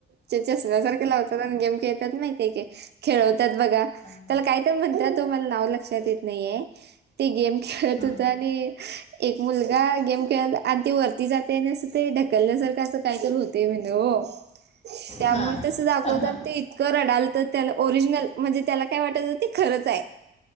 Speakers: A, on the right; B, on the left.
A: चष्म्यासारखे लावतात आणि गेम खेळ माय खेळवतात बघा
B: हा
A: त्याला काय तर म्हणतात, म नाव लक्षात येत नाही, ते गेम खेळत
B: हा
A: होत आणि एक मुलगा गेम आधी वरती जाते अस, ते ढकलल्यासारखं असं काय होत. ते म्हण हो त्यामुळे
B: हा
A: तसं दाखवत,
B: हा
A: आणि
B: हा
A: ते इतकं रडालतं त्याला ओरिजनल म्हणजे, त्याला काय वाटत ते खरंच आहे